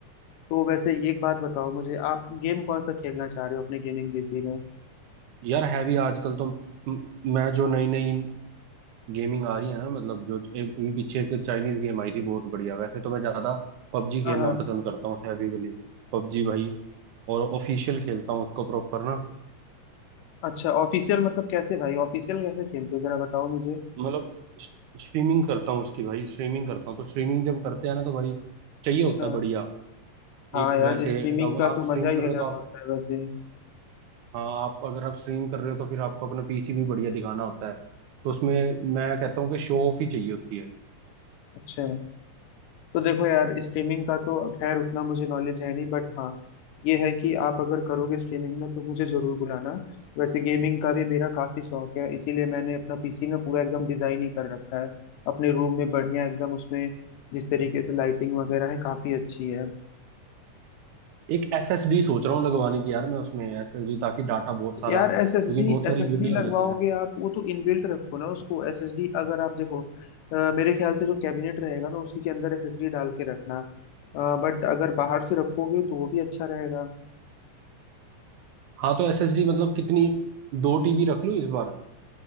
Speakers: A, on the left; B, on the right.
A: तो वैसे एक बात बताओ मुझे आप गेम कौन सा खेलना चाह रहे हो अपने गेमिंग पीसी में
B: यार है भी आजकल तो म- मैं जो नई नई गेमिंग आ रही है ना मतलब जो ए- अभी पीछे एक चाइनीज गेम आई थी बहुत बढ़िया वैसे तो मैं ज्यादा पबजी खेलना
A: हाँ हाँ
B: पसंद करता हूँ हैवी वाली पबजी भाई और ऑफिशियल खेलता हूँ उसको प्रॉपर ना
A: अच्छा ऑफिशियल मतलब कैसे भाई ऑफिशियल कैसे खेलते हो जरा बताओ मुझे
B: मतलब स्ट्रीमिंग करता हूँ उसकी भाई स्ट्रीमिंग करता हूँ तो स्ट्रीमिंग जब करते हैं ना तो भाई चाहिए
A: अच्छा
B: होता है बढ़िया
A: हाँ
B: एक
A: यार
B: वैसे
A: स्ट्रीमिंग
B: अब
A: का
B: आप
A: तो
B: स्ट्रीम
A: मजा ही
B: कर रहे
A: अलग
B: हो तो आप
A: होता है वैसे
B: हाँ आप अगर आप स्ट्रीम कर रहे हो तो फिर आपको अपना पीसी भी बढ़िया दिखाना होता है तो उसमें मैं कहता हूँ कि शो ऑफ ही चाहिए होती है
A: अच्छा तो देखो यार स्ट्रीमिंग का तो खैर उतना मुझे नॉलेज है नहीं बट हाँ ये है कि आप अगर करोगे स्ट्रीमिंग ना तो मुझे जरूर बुलाना वैसे गेमिंग का भी मेरा काफी शौक है इसीलिए मैंने अपना पीसी ना पूरा एकदम डिजाइन ही कर रखा है अपने रूम में बढ़िया एकदम उसमें जिस तरीके से लाइटिंग वगैरह है काफी अच्छी है
B: एक एसएसडी सोच रहा हूँ लगवाने की यार मैं उसमें एसएसडी ताकि डाटा बहुत सारा
A: यार
B: क्योंकि
A: S S D
B: बहुत सारी
A: S S
B: वीडियो
A: D लगवाओगे
B: हो जाती हैं
A: आप वो तो इनबिल्ट रखो ना उसको एस एस डी अगर आप देखो अ, मेरे ख्याल से जो कैबिनेट रहेगा ना उसी के अंदर एस एस डी डाल के रखना बट अगर बाहर से रखोगे तो वो भी अच्छा रहेगा
B: हाँ तो एसएसडी मतलब कितनी दो टीबी रख लूँ इस बार